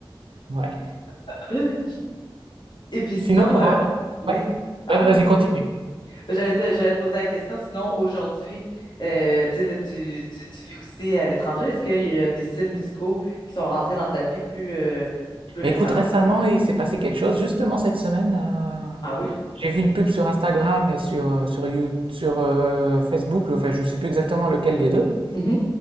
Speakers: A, on the right; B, on the left.
A: Ouais.
B: <laughs> Et puis
A: Sinon,
B: sinon,
A: pour
B: euh,
A: un...
B: oui.
A: ouais.
B: Ah
A: Ouais,
B: non,
A: vas-y,
B: vas-y,
A: continue.
B: vas-y. Ben, J'allais te, j'allais te poser la question. Sinon, aujourd'hui, euh, tu sais, là, tu, tu, tu vis aussi à l'étranger. Est-ce qu'il y a des styles musicaux qui sont rentrés dans ta vie plus, euh, plus récemment?
A: Mais écoute, récemment, il s'est passé quelque chose. Justement, cette semaine, euh,
B: Ah oui?
A: j'ai vu une pub sur Instagram et sur, euh, sur, You- sur euh, Facebook. Enfin, je ne sais plus exactement lequel des deux.
B: Mhm.